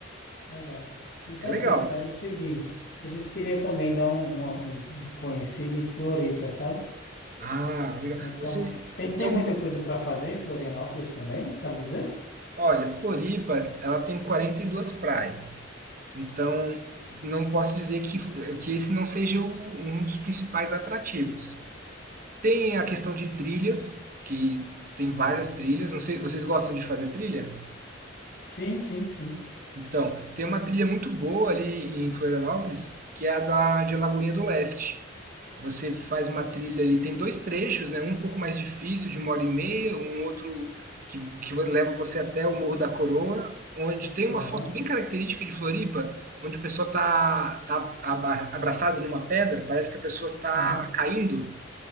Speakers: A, on the left (about 55°); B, on the right (about 45°).
A: legal. Então,
B: É legal.
A: Pedro, faz o seguinte. A gente queria também dar um, um um conhecido em Floripa, sabe?
B: Ah, legal.
A: Então,
B: Você
A: tem, tem
B: tem
A: muita
B: algum
A: coisa para fazer em Florianópolis também, sabe dizer?
B: Olha, Floripa, ela tem 42 praias. Então, não posso dizer que, que esse não seja o- um dos principais atrativos. Tem a questão de trilhas, que tem várias trilhas. Não sei, vocês gostam de fazer trilha?
A: Sim, sim, sim.
B: Então, tem uma trilha muito boa ali em Florianópolis, que é a da de Lagoinha do Leste. Você faz uma trilha ali, tem dois trechos, né? Um pouco mais difícil, de uma hora e meia, um outro que, que leva você até o Morro da Coroa, onde tem
A: Aham,
B: uma foto bem característica de Floripa, onde o pessoal tá, tá aba- abraçado numa pedra, parece que a pessoa tá
A: aham.
B: caindo.